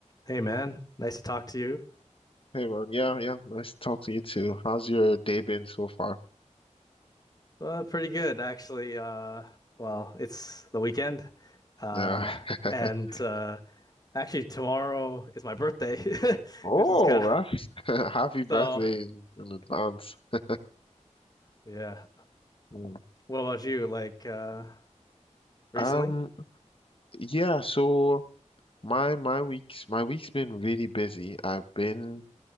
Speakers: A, on the left; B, on the left.
A: Hey man, nice to talk to you.
B: Hey Ron, yeah, yeah, nice to talk to you too. How's your day been so far?
A: Uh, pretty good actually. Uh, well, it's the weekend, uh,
B: Yeah.
A: and
B: <laughs>
A: uh, actually tomorrow is my birthday, <laughs>
B: Oh,
A: which is kind of
B: that's <laughs> happy birthday
A: so.
B: in, in advance. <laughs>
A: Yeah.
B: Mm.
A: What about you? Like uh, recently?
B: Um, yeah, so my my week's my week's been really busy. I've been